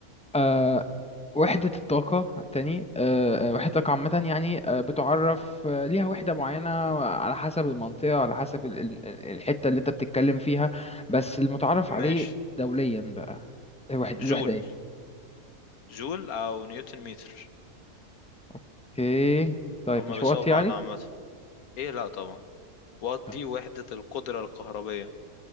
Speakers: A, in the centre; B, on the left (about 75°).
A: آه، وحدة الطاقة تاني آه، آه، وحدة الطاقة عامة يعني آه، بتعرف آه، ليها وحدة معينة على حسب المنطقة على حسب ال- ال- الحتة اللي انت بتتكلم فيها بس المتعارف عليه
B: ماشي
A: دوليا بقى الوحدة
B: جول
A: الوحدة ايه؟
B: جول او نيوتن متر
A: اوكي طيب
B: هما
A: مش
B: بيساووا
A: وقت
B: بعض
A: يعني؟
B: عامة ايه لا طبعا وات
A: آه،
B: دي وحدة القدرة الكهربية